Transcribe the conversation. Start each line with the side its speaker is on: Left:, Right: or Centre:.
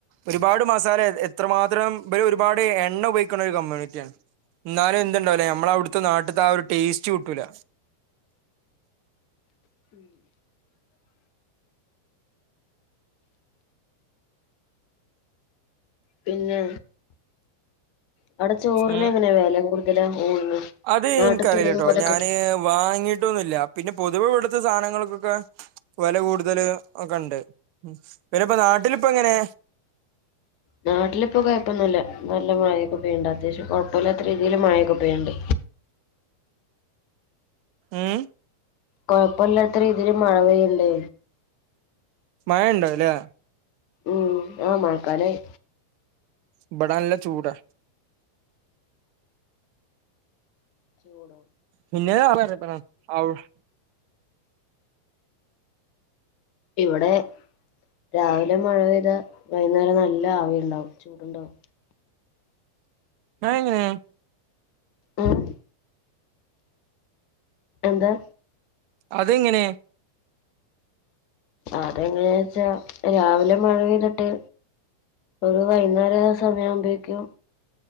Right: ഒരുപാട് മസാല എത്രമാത്രം ഇബര് ഒരുപാട് എണ്ണ ഉപയോഗിക്കുന്ന ഒരു കമ്മ്യൂണിറ്റിയാണ് എന്നാലും എന്തുണ്ടാവുലേ ഞമ്മളെ അവിടുത്തെ നാട്ടിത്തെ ആഹ് ഒരു ടേസ്റ്റ് കിട്ടൂല
Left: <inaudible> പിന്നെ അവിടെ ചോറിനെങ്ങനെ
Right: ഉം
Left: വില കൂടുതല ഊണിന്
Right: അത്
Left: നാട്ടിത്തെ
Right: എനിക്കറിയില്ലാട്ടോ
Left: പോലെ
Right: ഞാന്
Left: കിട്ടും
Right: വാങ്ങിട്ടൊന്നുമില്ല പിന്നെ പൊതുവെ ഇവിടുത്തെ സാധനങ്ങൾക്കൊക്കെ വില കൂടുതല് ഒക്കെണ്ട് പിന്നെപ്പ നാട്ടിലിപ്പ എങ്ങനെ
Left: നാട്ടിലിപ്പോ കുഴപ്പൊന്നുമില്ല നല്ല മഴയൊക്കൊ പെയ്യിണ്ട് അത്യാവശ്യം കുഴപ്പമില്ലാത്ത രീതിയിൽ മഴയൊക്കെ പെയ്യിണ്ട്
Right: ഉം
Left: കുഴപ്പമില്ലാത്ത രീതിയില് മഴ പെയ്യിണ്ട്
Right: മഴയിണ്ടോ അതിലേ
Left: ഉം ആഹ് മഴക്കാലായി
Right: ഇബടെ നല്ല ചൂടാ
Left: ചൂടോ
Right: പിന്നെ <unintelligible>
Left: ഇവിടെ രാവിലെ മഴ പെയ്താ വൈന്നേരം നല്ല ആവിയുണ്ടാവും ചൂടുണ്ടാവും
Right: അതെങ്ങനെ
Left: ഉമ് എന്താ
Right: അതെങ്ങനെ
Left: അതെങ്ങനെയാ വെച്ചാ രാവിലെ മഴ പെയ്തിട്ട് ഒരു വൈകുന്നേര സമയമാവുമ്പേക്കും